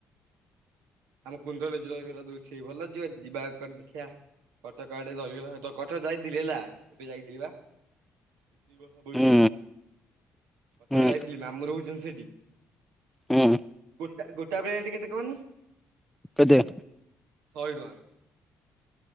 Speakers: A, on the right; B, in the centre.
A: ଆମ କୁଣ୍ଡଳୀ ଦହିବାର ଦଉଛି ଭଲ ଯିବ ଯିବା କୁଆଡ଼େ ଦେଖିବା। କଟକ ଆଡ଼େ ଦହିବରା ଦ କଟକ ଯାଇଥିଲି ହେଲା ଏବେ ଯାଇଥିଲି ବା। ଦୁଇ ଦୁଇ ବର୍ଷ ପୂର୍ବରୁ
B: ହୁଁ
A: କଟକ
B: ହୁଁ
A: ଯାଇ ଥିଲି ମାମୁଁ ରହୁଛନ୍ତି। ସେଠି
B: ହୁଁ
A: ଗୋଟା ଗୋଟାଏ ପେଣ୍ଟ କେତେ କହନି?
B: କେତେ?
A: ଶହେ ଟଙ୍କା।